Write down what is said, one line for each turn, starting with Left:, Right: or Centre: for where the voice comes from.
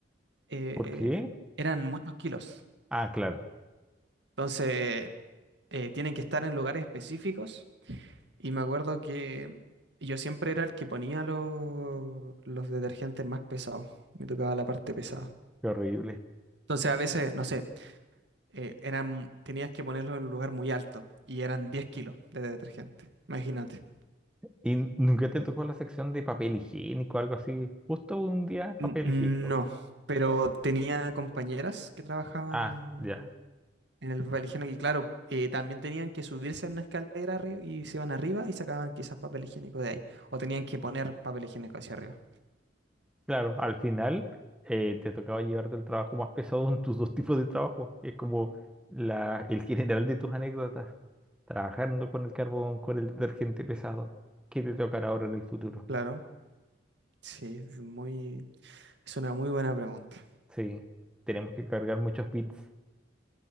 Right: eh,
Centre: ¿Por qué?
Right: eran muchos kilos.
Centre: Ah, claro,
Right: Entonces, eh, tienen que estar en lugares específicos. Y me acuerdo que yo siempre era el que ponía los, los detergentes más pesados. Me tocaba la parte pesada.
Centre: qué horrible.
Right: Entonces, a veces, no sé, eh, eran, tenías que ponerlo en un lugar muy alto y eran 10 kilos de detergente. Imagínate.
Centre: ¿Y nunca te tocó la sección de papel higiénico, algo así? Justo un día papel
Right: N- No,
Centre: higiénico.
Right: pero tenía compañeras que trabajaban
Centre: Ah, ya.
Right: en el papel higiénico y claro, eh, también tenían que subirse a una escalera arriba y se iban arriba y sacaban quizás papel higiénico de ahí. O tenían que poner papel higiénico hacia arriba.
Centre: Claro, al final eh, te tocaba llevarte el trabajo más pesado en tus dos tipos de trabajo. Es como la, el general de tus anécdotas, trabajando con el carbón, con el detergente pesado. ¿Qué te tocará ahora en el futuro?
Right: Claro, sí, es muy, es una muy buena pregunta.
Centre: Sí, tenemos que cargar muchos bits,